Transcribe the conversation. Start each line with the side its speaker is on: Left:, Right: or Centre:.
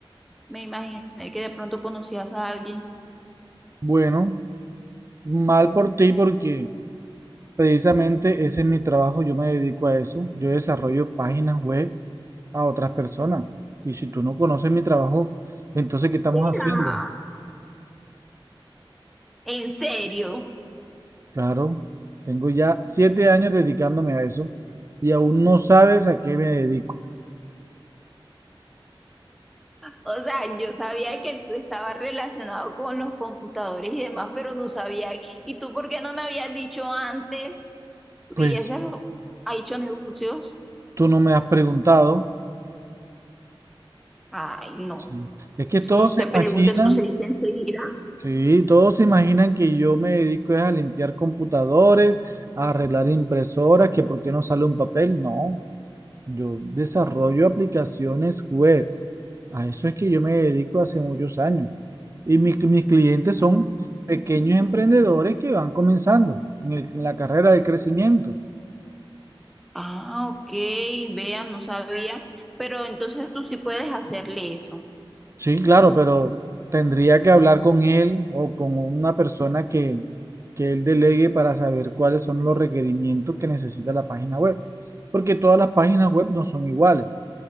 Centre: me imaginé que de pronto conocías a alguien.
Right: Bueno, mal por ti porque Precisamente ese es mi trabajo, yo me dedico a eso. Yo desarrollo páginas web a otras personas. Y si tú no conoces mi trabajo, entonces, ¿qué estamos
Centre: mira
Right: haciendo?
Centre: En serio.
Right: Claro, tengo ya siete años dedicándome a eso y aún no sabes a qué me dedico.
Centre: O sea, yo sabía que tú estabas relacionado con los computadores y demás, pero no sabía. ¿Y tú por qué no me habías dicho antes? Hubieses
Right: Pues
Centre: ha hecho negocios.
Right: tú no me has preguntado.
Centre: Ay, no.
Right: Sí. Es que
Centre: Eso
Right: todos
Centre: no se
Right: se
Centre: pregunta,
Right: imaginan,
Centre: eso se dice enseguida.
Right: sí, todos se imaginan que yo me dedico es a limpiar computadores, a arreglar impresoras, que por qué no sale un papel. No. Yo desarrollo aplicaciones web. A eso es que yo me dedico hace muchos años. Y mi- mis clientes
Centre: Ah,
Right: son pequeños emprendedores que van comenzando en, el- en la carrera del crecimiento.
Centre: ah, ok. Vean, no sabía. Pero entonces tú sí puedes hacerle eso.
Right: Sí, claro, pero tendría que hablar con él o con una persona que, que él delegue para saber cuáles son los requerimientos que necesita la página web. Porque todas las páginas web no son iguales.